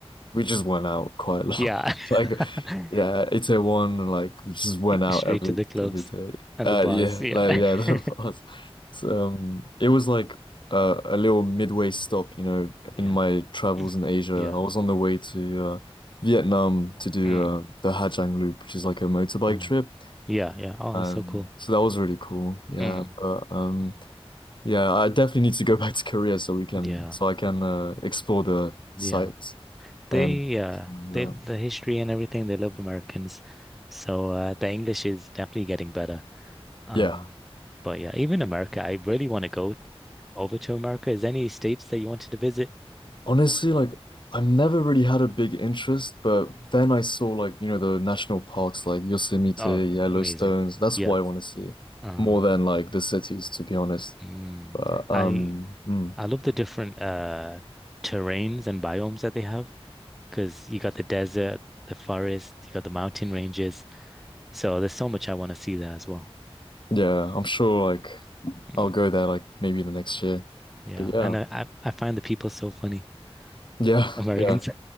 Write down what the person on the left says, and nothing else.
we just went out quite a lot.
<laughs> Like,
yeah, it's a one, like we just went out
every
every day.
Uh,
yeah,
like yeah, <laughs> that
was. So, um, it was like uh, a little midway stop, you know,
in my travels
in Asia.
I was on the way to uh, Vietnam to do
uh, the Hà Giang Loop, which is like a motorbike
trip.
Um,
so that was really cool. Yeah,
but um.
Yeah, I definitely need to go <laughs> back to Korea so we can
so I can uh, explore the
sites and
that.
Yeah.
Honestly, like I've never really had a big interest, but then I saw like, you know, the national parks like Yosemite,
Yellowstones.
That's
what I want to see
more than like the cities, to be honest.
But um
mm,
yeah, I'm sure like
I'll go there like maybe the next year.
But yeah.
Yeah,
<laughs> yeah.